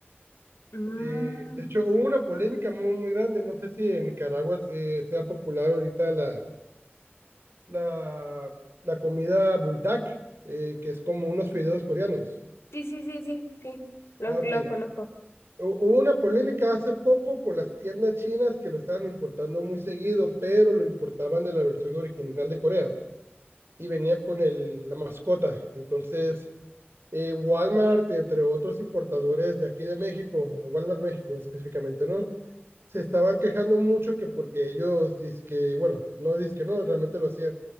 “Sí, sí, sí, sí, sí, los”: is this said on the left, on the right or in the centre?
Left